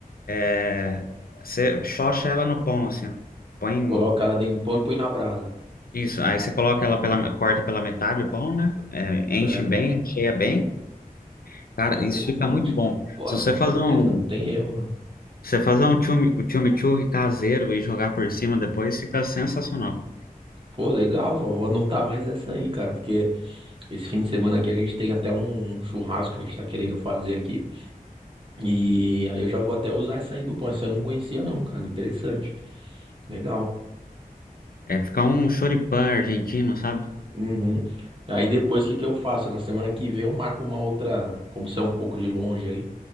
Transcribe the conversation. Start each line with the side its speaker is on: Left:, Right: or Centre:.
Left: é, você xoxa ela no pão, assim, ó. Põe
Right: coloca ela dentro do pão e põe na brasa.
Left: isso. Aí você coloca ela pela, corta pela metade o pão, né? É,
Right: Certo.
Left: enche bem, recheia bem. Cara,
Right: Pô, interessante,
Left: isso fica muito bom.
Right: cara. Pô,
Left: Se você
Right: com
Left: fazer
Right: certeza,
Left: um,
Right: não tem erro, né?
Left: se você fazer um chimichurri caseiro e jogar por cima depois, fica sensacional.
Right: Pô, legal, vó, vou anotar mais essa aí, cara, porque esse fim de semana aqui a gente tem até um um churrasco que a gente tá querendo fazer aqui. E aí eu já vou até usar essa aí do pão. Essa eu não conhecia, não, cara. Interessante. Legal.
Left: É ficar um choripã argentino, sabe?
Right: Uhum. Aí depois o que que eu faço? Na semana que vem eu marco uma outra, como você é um pouco de longe aí,